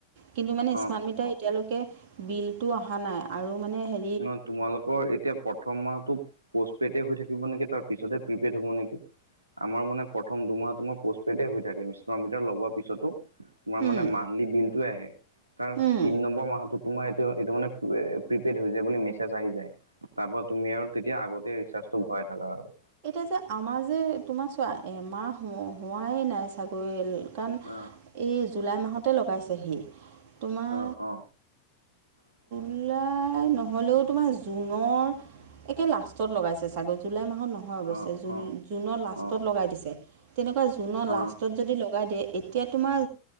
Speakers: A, on the right; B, on the right.
A: কিন্তু মানে
B: অ'
A: স্মাৰ্ট মিটাৰ এতিয়ালৈকে বিলতটো অহা নাই আৰু মানে হে
B: ন তোমালোকৰ এতিয়া প্ৰথম মাহটো পষ্ট পেইডে হৈ থাকিব নেকি তাৰ পিছতে প্ৰিপেইড হ'ব নেকি? আমাৰ মানে প্ৰথম দুমাহটো পষ্ট পেইডে হৈ থাকে ইস্মাটমিটাৰ লগোৱাৰ পিছতো তোমাৰ
A: উম
B: মানে মান্থলি বিলটোয়ে আহে, তাৰ
A: উম,
B: তিন নম্বৰ মাহটোত তোমাৰ এইটো-এইটো মানে এ প্ৰীপেইড হৈ যায়। যে বুলি মেছেজ আহি যায়। তাৰ পৰা তুমি আৰু তেতিয়া আগতে ৰিচাৰ্জটো ভৰাই থাকা আৰু।
A: এতিয়া যে আমাৰ যে তোমাৰ চোৱা মাহ হোৱাই নাই ছাগে কাৰণ
B: অ
A: এই জুলাই মাহতে লগাইছেহি। তোমাৰ
B: অ অ <inaudible>
A: জুলাই নহ'লেও তোমাৰ জুনৰ একে লাষ্টত লগাইছে চাগে, জুলাই মাহত নহয় হৈ গৈছে
B: অ অ
A: জুনৰ লাষ্টত
B: অ
A: লগাই দিছে। তেনেকে জুনৰ
B: অ
A: লাষ্টত যদি লগাই দিয়ে এতিয়া তোমাৰ